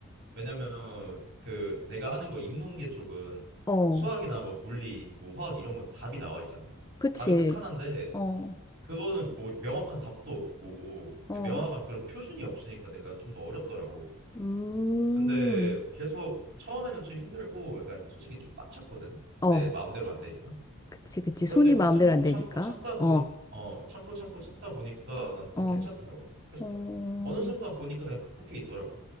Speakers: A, on the right; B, on the left.
A: 왜냐면 그 내가 하는 거 인문계 쪽은
B: 어,
A: 수학이나 뭐 물리, 뭐 화학 이런 건 답이 나와 있잖아.
B: 그치?
A: 답이 딱 하나인데
B: 어,
A: 그거는 뭐 명확한 답도 없고
B: 어,
A: 명확한 그런 표준이 없으니까 내가 좀 더 어렵더라고.
B: 음,
A: 근데 계속 처음에는 좀 힘들고 약간 솔직히 좀 빡쳤거든.
B: 어,
A: 내 마음대로 안 되니까.
B: 그치, 그치.
A: 그런데
B: 손이
A: 그거
B: 마음대로
A: 참고
B: 안
A: 참고
B: 되니까.
A: 참다 보니
B: 어,
A: 어 참고 참고 참다 보니까 난 더
B: 어,
A: 괜찮더라고. 그래서
B: 어,
A: 딱 어느 순간 보니까 그냥 극복해 있더라고.